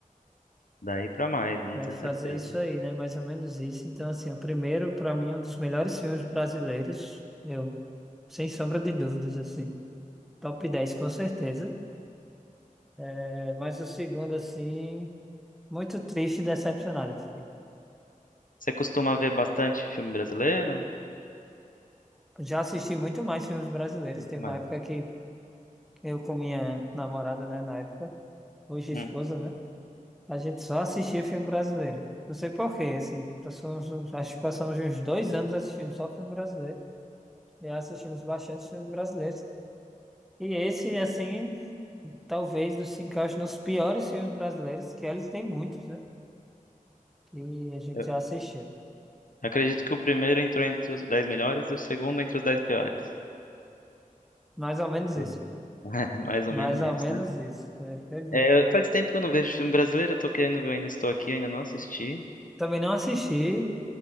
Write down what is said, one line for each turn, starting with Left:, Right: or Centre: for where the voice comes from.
Left: Daí pra mais, eu não
Centre: Deve
Left: tenho
Centre: fazer
Left: certeza.
Centre: isso aí, né, mais ou menos isso. Então, assim, o primeiro, para mim, é um dos melhores filmes brasileiros, eu, sem sombra de dúvidas, assim. Top 10 com certeza. É, mas o segundo, assim, muito triste e decepcionado. eu fiquei.
Left: Você costuma ver bastante filme brasileiro?
Centre: Já assisti muito mais filmes brasileiros, teve
Left: Mas,
Centre: uma época que eu com minha namorada, né, na época, hoje
Left: hum,
Centre: esposa, né? A gente só assistia filme brasileiro. Não sei por quê, assim, passamos, uns- acho que passamos uns dois anos assistindo só filme brasileiro. E assistimos bastante filmes brasileiros. E esse, assim, talvez nos se encaixe nos piores filmes brasileiros, que eles têm muitos, né? Que a gente
Left: eu
Centre: já assistia.
Left: acredito que o primeiro entrou entre os 10 melhores e o segundo entre os 10 piores.
Centre: Mais ou menos
Left: Pronto.
Centre: isso.
Left: <laughs> Mais ou
Centre: Mais
Left: menos
Centre: ou
Left: isso,
Centre: menos
Left: né?
Centre: isso. É, perfeito.
Left: É, faz tempo que eu não vejo filme brasileiro, eu tô querendo ver, ainda estou aqui, ainda não assisti.
Centre: Também não assisti.